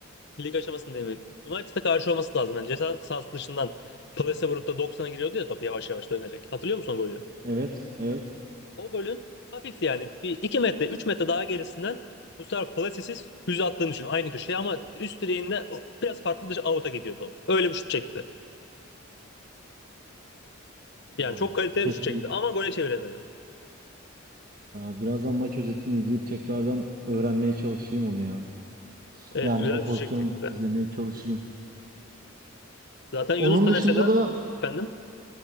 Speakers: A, on the left (about 55°); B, on the right (about 40°).
A: Lig aşamasında değil mi? United'a karşı olması lazım. Yani ceza sahası dışından plase vurup da doksan'a giriyordu ya top yavaş yavaş dönerek. Hatırlıyor musun o golü?
B: Evet, evet.
A: O golün hafifti yani. Bir 2 metre 3 metre daha gerisinden bu sefer plasesiz füze attığını düşün. Aynı köşeye ama üst direğinde o- biraz farklı bir out'a gidiyor top. Öyle bir şut çekti. Yani
B: Aa,
A: çok kaliteli
B: keşke
A: bir şut çekti ama gole çeviremedi.
B: Aa, birazdan maç özetini izleyip tekrardan öğrenmeye çalışayım onu ya.
A: Evet
B: Yani
A: güzel
B: o
A: bir
B: pozisyonu
A: şut çekti.
B: izlemeye çalışayım.
A: Zaten Yunus
B: Onun
A: da
B: dışında
A: mesela
B: da
A: efendim.